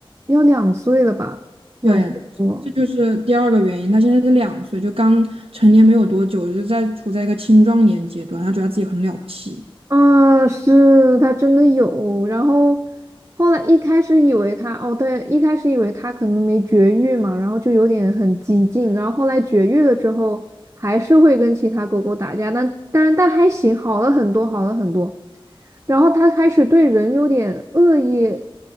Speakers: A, on the right (about 30°); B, on the right (about 85°).
A: 要两岁了吧，两岁多。
B: 对，这就是第二个原因。他现在是两岁，就刚成年没有多久，就在处在一个青壮年阶段，他觉得自己很了不起。
A: 啊，是它真的有，然后后来一开始以为它哦，对，一开始以为它可能没绝育嘛，然后就有点很激进，然后后来绝育了之后，还是会跟其他狗狗打架，但但但还行，好了很多，好了很多。然后它开始对人有点恶意，